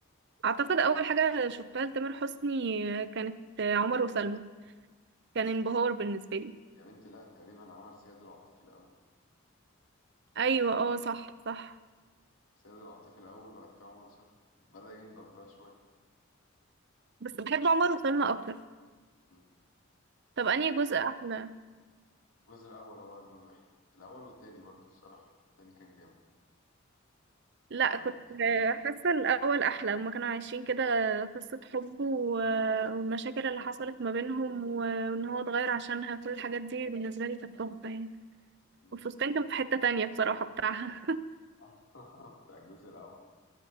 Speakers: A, on the right; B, on the left.
A: اعتقد اول حاجة شفتها لتامر حسني آه، كانت آه، عمر وسلمى كان انبهار بالنسبة لي
B: يا بنتي لا تقريبا عمل سيد العاطفي الاول
A: ايوه اه صح صح
B: سيد العاطفي الاول بعد كده عمر وسلمى بدا ينضف بقى شويه
A: بس بحب عمر وسلمى اكتر
B: مم.
A: طب انهي جزء احلى
B: الجزء الاول هو اجمد واحد الاول والتاني برضه الصراحه التاني كان جامد
A: لا
B: لما
A: كنت
B: بيتجوزوا
A: حاسة الأول أحلى هما كانوا عايشين كده قصة حب و- والمشاكل اللي حصلت ما بينهم وإن هو اتغير عشانها كل الحاجات دي بالنسبة لي كانت تحفة يعني
B: مم.
A: والفستان كان في حتة تانية بصراحة بتاعها
B: <laughs> بتاع الجزء الاول